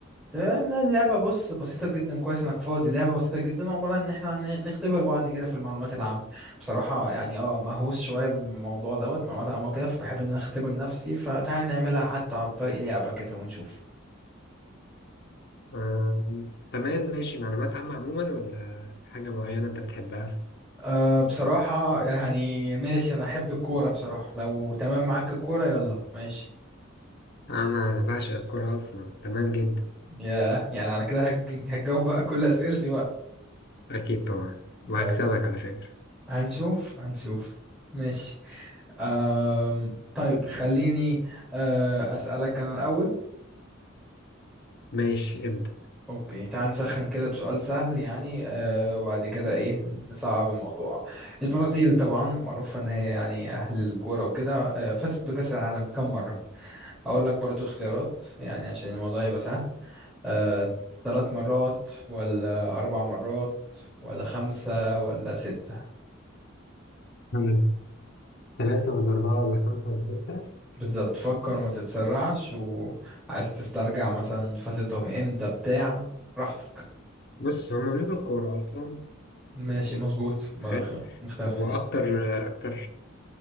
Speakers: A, in the centre; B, on the left.
A: تمام لا اللعبه بص بسيطه جدا كويس انك فاضي اللعبه بسيطه جدا عباره عن ان احنا ن- نختبر بعض كده في المعلومات العامه بصراحه يعني اه مهووس شويه بالموضوع دوت معلومات عامه وكده فبحب ان انا اختبر نفسي فتعال نعملها حتى عن طريق لعبه كده ونشوف
B: آه، تمام ماشي معلومات عامة عموما ولا حاجة معينة أنت بتحبها؟
A: أه بصراحة يعني ماشي أنا أحب الكورة بصراحة لو تمام معاك الكورة يلا ماشي
B: أنا بعشق الكورة أصلا تمام جدا
A: يا يعني على كده هتج- هتجاوب بقى <laughs> كل أسئلتي بقى
B: أكيد طبعا وهكسبك
A: طيب
B: على فكرة
A: هنشوف هنشوف ماشي أم طيب خليني أه أسألك أنا الأول
B: ماشي ابدأ
A: أوكي تعال نسخن كده بسؤال سهل يعني أه وبعد كده إيه نصعب الموضوع البرازيل طبعا معروفة إن هي يعني أهل الكورة وكده أه فازت بكأس العالم كم مرة؟ اقول لك برضو اختيارات يعني عشان الموضوع يبقى سهل آه، ثلاث مرات ولا اربع مرات ولا خمسة ولا ستة
B: حلو. تلاتة ولا أربعة ولا خمسة ولا ستة
A: بالظبط فكر وما تتسرعش وعايز تسترجع مثلا فازتهم امتى بتاع براحتك
B: بص هما ملوك الكورة أصلا
A: ماشي مظبوط ما
B: حلو
A: خ- ما اختلفناش
B: وأكتر أكتر